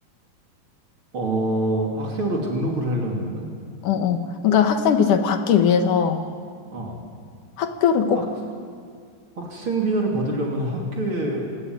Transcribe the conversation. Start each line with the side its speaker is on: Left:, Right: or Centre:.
Right: 어, 학생으로 등록을 하려면은,
Left: 어, 어. 그러니까 학생 비자를 받기 위해서
Right: 어.
Left: 학교를 꼭,
Right: 학, 학생 비자를 받으려면 학교에